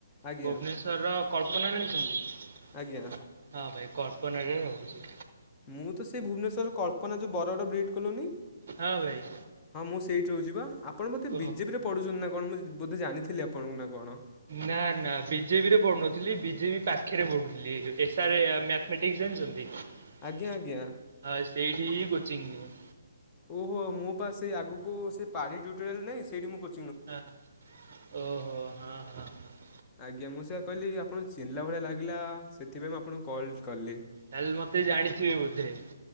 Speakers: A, on the left; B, on the right.
A: ଆଜ୍ଞା
B: ଭୁବନେଶ୍ଵରର କଳ୍ପନା ଜାଣିଚନ୍ତି?
A: ଆଜ୍ଞା
B: ହଁ ଭାଇ କଳ୍ପନାରେ ରହୁଛି।
A: ମୁଁ ତ ସେଇ ଭୁବନେଶ୍ୱରର କଳ୍ପନା ଯେଉଁ ବର ଗଡ ବ୍ରିଟ କଲୋନି।
B: ହଁ ଭାଇ।
A: ହଁ ମୁଁ ସେଇଠି ରହୁଛି ବା ଆପଣ ବୋଧେ
B: ଓହୋ।
A: ବିଜେପି ରେ ପଢୁଛନ୍ତି ନା କଣ ମୁଁ ବୋଧେ ଜାଣିଥିଲି ଆପଣଙ୍କୁ ନା କଣ।
B: ନା ନା ବିଜେପିରେ ପଢଡୁନଥିଲି ବିଜେପି ପାଖରେ ପଢୁଥିଲି ଏ ଯୋଉ। ଏସ୍ ଆର୍ ଏ ମ୍ୟାଥମେଟିକ୍ସ ଜାଣିଛନ୍ତି ହଁ
A: ଆଜ୍ଞା ଆଜ୍ଞା।
B: ସେଇଠି କୋଚିଂ ନିଏ।
A: ଓହୋ ମୁଁ ବା ସେଇ ଆଗକୁ ସେ ପାଢ଼ୀ ଟ୍ୟୁଟୋରିଆଲ ନାଇଁ ସେଇଠି ମୁଁ କୋ
B: ହଁ ଓ ହୋ ହଁ ହଁ। ହଁ
A: ଆଜ୍ଞା ମୁଁ ସେୟଆ କହିଲି ଆପଣଙ୍କୁ ଚିହ୍ନିଲା ଭଳିଆ ଲାଗିଲା ସେଥିପାଇଁ ମୁଁ ଆପଣଙ୍କୁ କଲ୍ କଲି।
B: ତାହେଲେ ମତେ ଜାଣିଥିବେ ବୋଧେ‌।